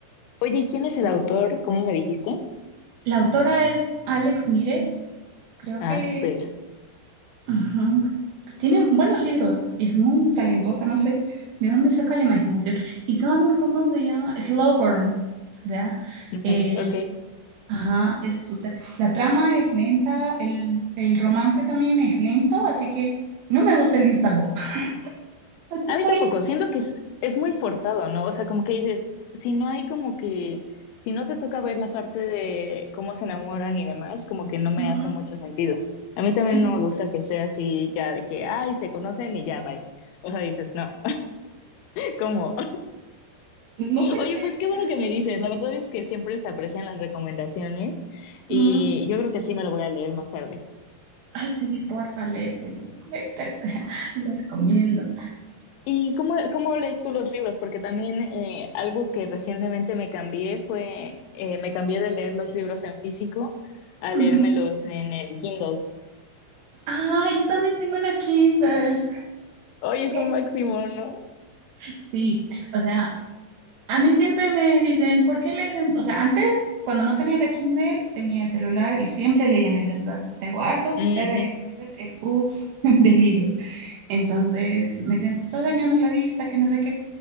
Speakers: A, on the left; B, on the right.
A: ¿y quién es el autor? ¿Cómo me dijiste?
B: La autora es Alex Mires, creo
A: ah
B: que
A: Asper.
B: Ujú. Tiene buenos libros, es muy talentosa, no sé de dónde saca la imaginación. Y son, ¿cómo se llama? Slow burn. O sea,
A: Nice,
B: el,
A: ok.
B: ajá, es, o sea, la trama es lenta, el, el romance también es lento, así que no me gusta el instalop. <laughs> Así
A: A mí
B: por
A: tampoco,
B: em-
A: siento que es, es muy forzado, ¿no? O sea, como que dices, si no hay como que, si no te toca ver la parte de cómo se enamoran y demás, como que no me
B: Ujú,
A: hace mucho sentido. A mí también
B: Sí.
A: no me gusta que sea así ya de que, ay, se conocen y ya, bye. O sea, dices, no, <laughs> ¿cómo?
B: No te
A: Oye,
B: creo.
A: pues qué bueno
B: <laughs>
A: que me dices. La verdad es que siempre se aprecian las recomendaciones y
B: Ujú.
A: yo creo que sí me lo voy a leer más tarde.
B: Ay, sí, porfa, léetelo, léetelo, <laughs> lo recomiendo.
A: ¿Y cómo, cómo lees tú los libros? Porque también eh, algo que recientemente me cambié fue, eh, me cambié de leer los libros en físico a leérmelos
B: Ujú.
A: en el Kindle.
B: Ah, yo también tengo una Kindle.
A: Hoy es
B: Eh,
A: lo máximo, ¿no?
B: Sí, o sea, A mí siempre me dicen, ¿por qué lees en-?" O sea, antes, cuando no tenía la Kindle, tenía el celular y siempre leía en el celular. Tengo hartos
A: Ujú,
B: PDFs, EPUBs <laughs> de libros. Entonces me dicen, te estás dañando la vista, que no sé qué.